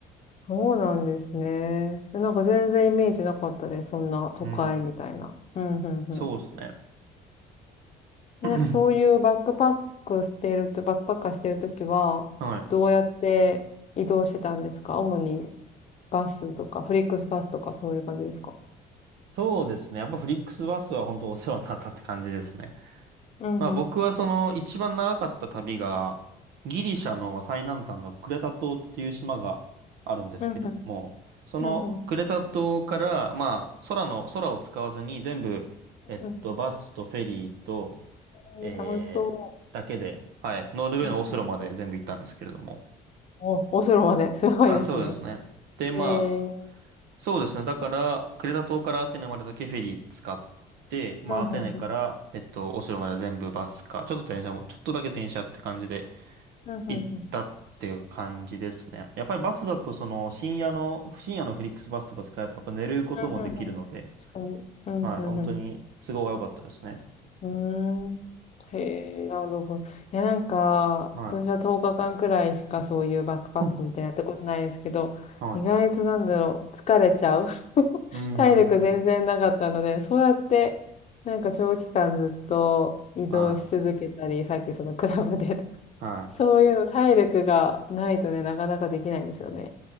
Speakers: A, on the left; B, on the right.
A: そうなんですね。えなんか全然イメージなかったです。そんな都会みたいな。
B: うん。
A: うん、うん、うん
B: そうですね。
A: でなんかそういうバックパックしてると、
B: <clears throat>
A: バックパッカーしてるときは、
B: はい。
A: どうやって移動してたんですか主にバスとか、フリックスバスとかそういう感じですか
B: そうですね。やっぱフリックスバスは本当お世話になったって感じですね。
A: うんうん。
B: まあ僕はその一番長かった旅が、ギリシャの最南端のクレタ島っていう島があるんですけれども、
A: うんうん。
B: そのクレタ島から、
A: うんうん。
B: まあ空の、空を使わずに全部、えっと、
A: うんうん
B: バスとフェリーと、
A: えー楽しそ
B: えー、だけで、はい、ノルウェーのオスロまで全部行ったんですけれども。
A: う。うんうんうんお、オスロまで。<laughs> すごいですね。
B: あ、そうですね。で、まあ、
A: えー。
B: そうですね。だから、クレタ島からアテネまでだけフェリー使って、まあ、
A: うんうんうん。
B: アテネから、えっと、オスロまでは全部バスか、ちょっと電車も、ちょっとだけ電車って感じで
A: うんうんうん。
B: 行ったっていう感じですね。やっぱりバスだと、その、深夜の、深夜のフリックスバスとか使えば、やっぱ寝ることもできるので、
A: うんうんうん。確かに。うんうんうん。
B: はい、本当に都合が良かったですね。
A: うーん。へえ、なるほど。いや、なんか、
B: はい。
A: 私は10日間くらいしかそういうバックパックみたいなやったことないですけど、
B: うんはい。
A: 意外となんだろう、疲れちゃう。<laughs>
B: うん、うん、
A: 体力全然なかったので、
B: うん。
A: そうやって、なんか長期間ずっと移動し続けたり、
B: はい。
A: さっきそのクラブでとか、
B: はい。
A: そういうの体力がないとね、なかなかできないですよね。